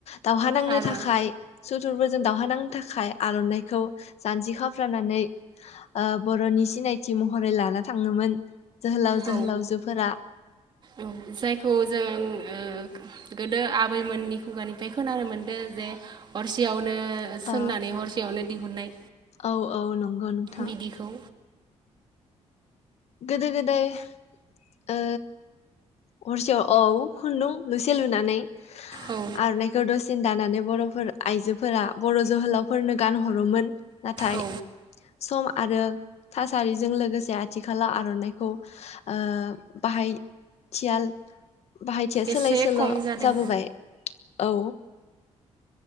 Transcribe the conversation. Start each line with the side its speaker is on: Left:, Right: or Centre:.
Left: दावहा नांनो
Right: आरो
Left: थाखाय सुथुरफोरजों दावहा नांनो थाखाय आर'नाइखौ जानजि खाफ्रानानै ओ बर'नि सिनायथि महरै लाना थाङोमोन जोहोलाव
Right: औ
Left: जोहोलावजोफोरा
Right: औ जायखौ जों ओ गोदो आबैमोननि खुगानिफ्राय खोनानो मोनदों जे हरसेयावनो नो सोंनानै
Left: ओ
Right: हरसेयावनो दिहुननाय
Left: औ औ नंगौ नोंथां
Right: बिदिखौ
Left: गोदो गोदाय ओ हरसेयाव औ खुन्दुं लुसे लुनानै
Right: औ
Left: आर'नाइखौ दसे सिन दानानै बर'फोर आइजोफोरा बर' जोहोलावफोरनो गानहो हरोमोन नाथाय
Right: औ
Left: सम आरो थासारि जों लोगोसे आथिखालआव आर'नाइखौ ओ बाहाय थियाल बाहायथिआ
Right: एसे
Left: सोलाय सोल'
Right: खम जादों
Left: जाबोबाय औ